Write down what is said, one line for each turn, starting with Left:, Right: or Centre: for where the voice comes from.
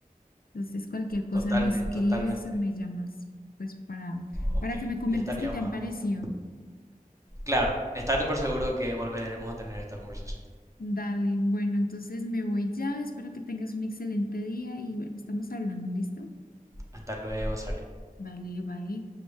Left: Entonces, cualquier cosa
Right: totalmente,
Left: me escribes
Right: totalmente.
Left: o me llamas, pues para,
Right: Ok,
Left: para que me comentes
Right: ya estaríamos
Left: qué te han
Right: hablando.
Left: parecido.
Right: Claro, estate por seguro que volveremos a tener esta conversación.
Left: Dale, bueno, entonces me voy ya. Espero que tengas un excelente día y bueno, estamos hablando, ¿listo?
Right: Hasta luego, Zaret.
Left: Vale, bye.